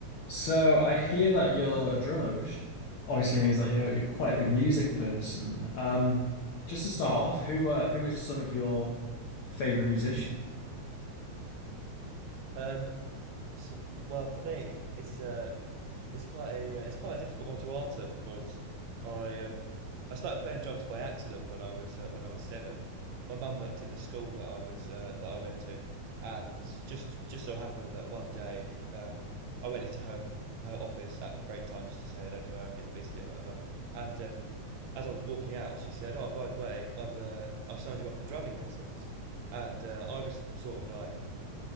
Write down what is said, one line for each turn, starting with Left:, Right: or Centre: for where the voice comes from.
Left: So I hear that you're a drummer, which obviously means that you're you're quite a big music person. Um, just to start off, who uh, who is some of your favorite musicians?
Right: Um, s well, for me, it's uh, it's quite a uh, it's quite a difficult one to answer because I um I started playing drums by accident when I was uh, when I was seven. My mum worked in the school that I was uh, that I went to, and just just so happened that one day um I went into her her office at break time just to say hello to her and get a biscuit or whatever. And um, as I was walking out, she said, "Oh, by the way, I've uh, I've signed you up for drumming lessons." And uh, I was sort of like